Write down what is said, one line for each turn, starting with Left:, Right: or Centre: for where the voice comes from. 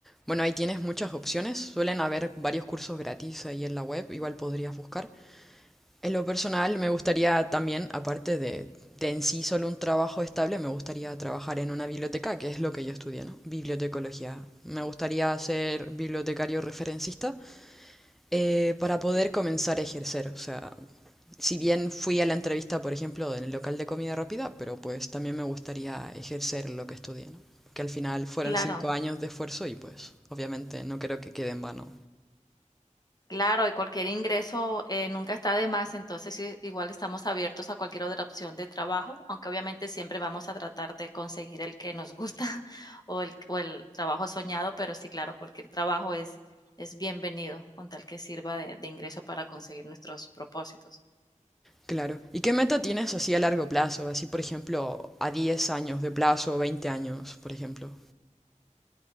Centre: Bueno, ahí tienes muchas opciones. Suelen haber varios cursos gratis ahí en la web, igual podrías buscar. En lo personal, me gustaría también, aparte de, de en sí solo un trabajo estable, me gustaría trabajar en una biblioteca, que es lo que yo estudié, ¿no? Bibliotecología. Me gustaría ser bibliotecario referencista Eh, para poder comenzar a ejercer, o sea, si bien fui a la entrevista, por ejemplo, en el local de comida rápida, pero pues también me gustaría ejercer lo que estudié, ¿no? Que al final fueron
Left: Claro.
Centre: cinco años de esfuerzo y pues obviamente no creo que quede en vano.
Left: Claro, y cualquier ingreso eh, nunca está de más, entonces sí, igual estamos abiertos a cualquier otra opción de trabajo, aunque obviamente siempre vamos a tratar de conseguir el que nos gusta <laughs> o el, o el trabajo soñado, pero sí, claro, cualquier trabajo es, es bienvenido con tal que sirva de, de ingreso para conseguir nuestros propósitos.
Centre: Claro. ¿Y qué meta tienes así a largo plazo? Así, por ejemplo, a 10 años de plazo, 20 años, por ejemplo.